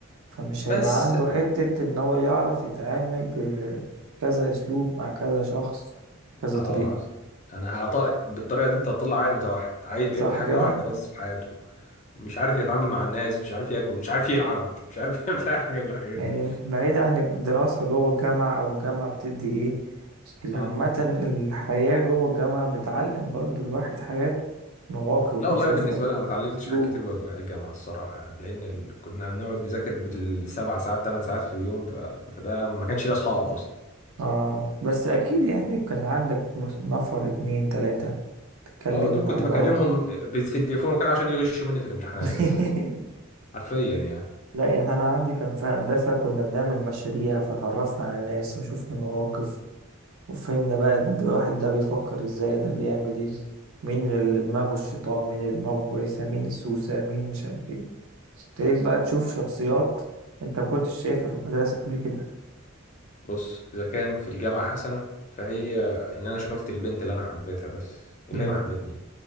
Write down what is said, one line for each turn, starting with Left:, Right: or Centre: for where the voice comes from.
Right: فمش
Left: بس
Right: هيبقى عنده
Left: اه
Right: حتة ان هو يعرف يتعامل بكذا اسلوب مع كذا شخص كذا
Left: آه،
Right: طريقة
Left: حصل انا هعطاك بالطريقه دي انت هتطلع عيل متوحد عيل بيعمل
Right: صح
Left: حاجه
Right: كده
Left: واحده بس في حياته مش عارف يتعامل مع الناس مش عارف ياكل مش عارف يلعب مش عارف <laughs> يعمل اي حاجه من الحاجات
Right: يعني
Left: دي
Right: بعيد عن الدراسة جوه الجامعة او الجامعة بتدي ايه اللي
Left: مم.
Right: عامة الحياة جوه الجامعة بتعلم برضو الواحد حاجات مواقف
Left: لا
Right: بيشوفها
Left: والله بالنسبه لي انا ما اتعلمتش
Right: اسلوب
Left: حاجات كتير جوه الج- الجامعه الصراحه يعني لان ال... كنا بنقعد نذاكر بالسبع ساعات ثمان ساعات في اليوم ف... فده ما كانش ليه اصحاب اصلا
Right: اه بس اكيد يعني كان عندك نفر اتنين تلاتة تتكلموا
Left: اه دول كنت
Right: مع
Left: بكلمهم
Right: بعض
Left: ب- في التليفون وكان عشان يغشوا مني في الامتحانات
Right: <laughs>
Left: بس حرفيا يعني
Right: لا يعني انا عندي كان في هندسة كنا بنعمل مشاريع فتعرفنا على ناس وشفنا مواقف وفهمنا بقى ده الواحد ده بيفكر ازاي ده بيعمل ايه مين اللي دماغه الشيطان مين اللي دماغه كويسة مين السوسة مين مش عارف ايه ابتديت بقى تشوف شخصيات انت ما كنتش شايفها في المدرسة قبل كده
Left: بص إذا كان في الجامعة حسنة فهي إن أنا شفت البنت اللي أنا حبيتها بس اللي
Right: مم.
Left: هي ما حبتني